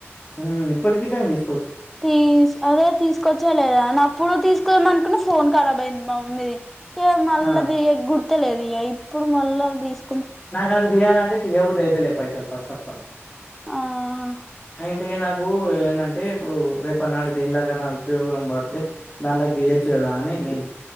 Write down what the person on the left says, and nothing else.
హ్మ్ ఇప్పుటికి దాన్ తీస్
ఆ
నాకు అవి తీయాలంటే తియ్యబుది ఐతలే పైసలు ఫస్ట్ ఆఫ్ ఆల్
అంటే నాకు ఏందంటే ఇప్పుడు రేపటి నాడు దేనిలకన్నా ఉపయోగం పడితే దానిలకి దియ్యచ్చు కదా అని నేను